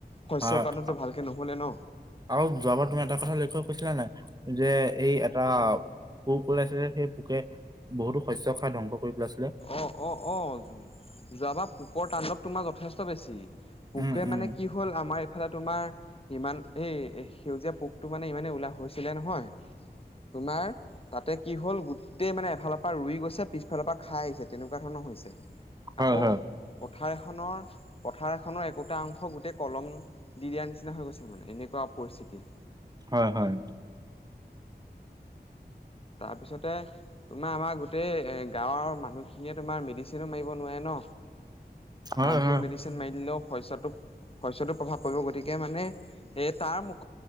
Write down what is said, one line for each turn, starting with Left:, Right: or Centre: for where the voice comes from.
Left: শস্য
Right: হয়
Left: উৎপাদনটো
Right: হয়
Left: ভালকে নহ'লে ন
Right: আৰু যোৱাবাৰ তুমি এটা কথা লক্ষ্য কৈছিলা নে যে এই এটা পোক ওলাইছিলে সেই পোকে বহুতো শস্য খাই ধ্বংস কৰি পেলাইছিল।
Left: অ অ অ যোৱাবাৰ পোক তানণ্ডৱ তোমাৰ যথেষ্ট বেছি। পোকে
Right: উম উম
Left: মানে কি হল আমাৰ এইফালে তোমাৰ ইমান এই সেউজীয়া পোকটো মানে ইমানেই উলাহ হৈছিলে নহয়। তোমাৰ তাতে কি হল গোটেই মানে এফালৰ পৰা ৰুই গৈছে পিছফালৰ পৰা খাই আহিছে তেনেকুৱা ধৰণৰ হৈছে
Right: হয়
Left: আকৌ
Right: হয়।
Left: পথাৰ এখনৰ পথাৰ এখনৰ একোটা অংশ গোটেই কলম দি দিয়া নিচিনা হৈ গৈছে মানে এনেকুৱা পৰিস্থিতি
Right: হয় হয়
Left: তাৰপিছতে তোমাৰ আমাৰ গোটেই এ গাঁওৰ মানুহখিনিয়ে তোমাৰ মেডিচিন মেডিচিন মাৰিব নোৱাৰে ন
Right: হয়
Left: হাৰম ফোল
Right: হয়
Left: মেডিচিন মাৰি দিলেও শস্যটো শস্যটো প্ৰভাৱ পৰিব গতিকে মানে এ তাৰ মুখ